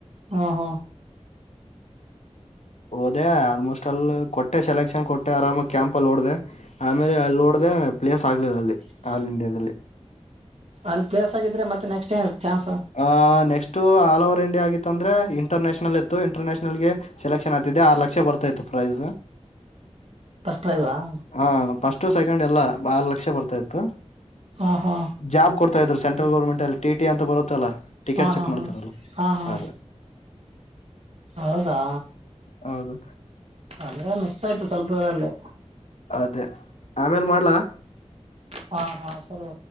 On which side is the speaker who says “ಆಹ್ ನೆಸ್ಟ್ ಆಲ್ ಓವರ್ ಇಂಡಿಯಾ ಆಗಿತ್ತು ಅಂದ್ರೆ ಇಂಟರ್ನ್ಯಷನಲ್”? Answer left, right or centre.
Left